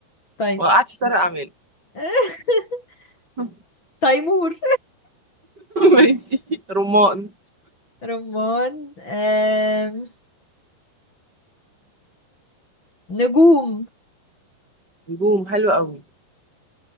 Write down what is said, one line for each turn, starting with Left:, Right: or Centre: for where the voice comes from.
Left: طيب
Right: وقعت في فرق اعمال
Left: <laughs>
Right: <laughs>
Left: تيمور
Right: ماشي رمان
Left: رمان آم، نجوم
Right: نجوم حلو قوي